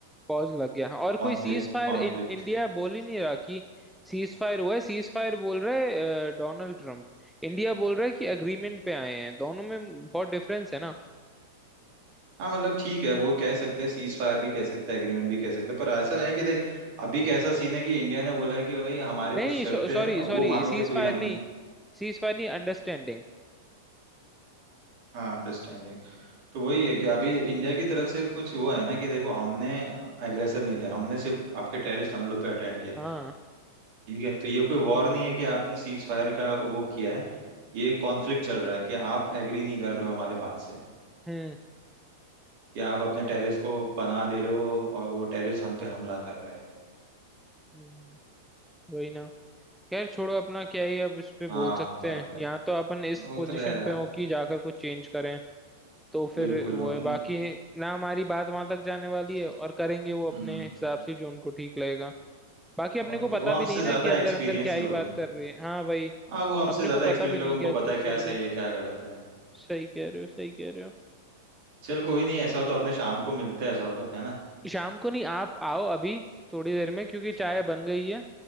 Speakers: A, in the centre; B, on the right.
A: पॉज लग गया हाँ और
B: Conflict
A: कोई सीज फायर
B: conflict
A: इन इंडिया बोल ही नहीं रहा कि सीज फायर हुआ है सीज फायर बोल रहे डोनाल्ड ट्रम्प इंडिया बोल रहा है कि अग्रीमेंट पे आए हैं दोनों में बहुत डिफरेंस है ना
B: हाँ मतलब ठीक है वो कह सकते हैं सीज फायर भी कह सकते हैं एग्रीमेंट भी कह सकते हैं पर ऐसा है कि देख अभी कैसा सीन है कि इंडिया ने बोला है कि भाई हमारे कुछ
A: नहीं नहीं
B: शर्तें
A: सॉरी
B: हैं अब
A: सॉरी
B: वो मानोगे
A: सीज
B: तो
A: फायर
B: ही हम
A: नहीं सीज फायर नहीं अंडरस्टैंडिंग
B: हाँ अंडरस्टैंडिंग तो वही
A: हम्म
B: है कि अभी इंडिया की तरफ से कुछ वो है ना कि देखो हमने एग्रेसर नहीं थे हमने सिर्फ आपके टेररिस्ट हमलों पे अटेंड किया है
A: हाँ
B: ठीक है तो ये कोई वॉर नहीं है कि आपने सीज फायर का वो किया है ये एक कॉन्फ्लिक्ट चल रहा है कि आप एग्री नहीं कर रहे हो हमारे बात से
A: हम्म
B: कि आप अपने टेररिस्ट को पनाह दे रहे हो और वो टेररिस्ट हम पे हमला कर रहे हैं
A: हम्म, वही ना खैर छोड़ो अपना क्या ही अब इस पे बोल
B: हाँ
A: सकते
B: और
A: हैं
B: क्या
A: यहाँ तो अपन इस
B: वो
A: पोजीशन
B: तो है यार
A: पे हो कि जाकर कुछ चेंज करें तो फिर
B: बिल्कुल
A: वो
B: अब
A: है
B: हम्म,
A: बाकी ना हमारी बात वहां तक जाने वाली है और करेंगे वो अपने
B: हम्म,
A: हिसाब से जो उनको ठीक लगेगा बाकी अपने
B: और
A: को
B: क्या
A: पता
B: वो हमसे
A: भी नहीं ना
B: ज्यादा
A: कि अंदर
B: एक्सपीरियंस
A: अंदर क्या ही
B: लोग
A: बात
B: हैं
A: कर रही है हाँ भाई
B: हाँ वो हमसे
A: अपने
B: ज्यादा
A: को
B: एक्सपीरियंस
A: पता भी नहीं
B: लोग हैं, उनको
A: क्या चीज
B: पता है क्या
A: चल
B: सही
A: रही
B: है क्या गलत है
A: सही कह रहे हो सही कह रहे हो
B: चल कोई नहीं ऐसा हो तो अपने शाम को मिलते हैं ऐसा हो तो है ना
A: शाम को नहीं आप आओ अभी थोड़ी देर में क्योंकि
B: ठीक-
A: चाय बन गई है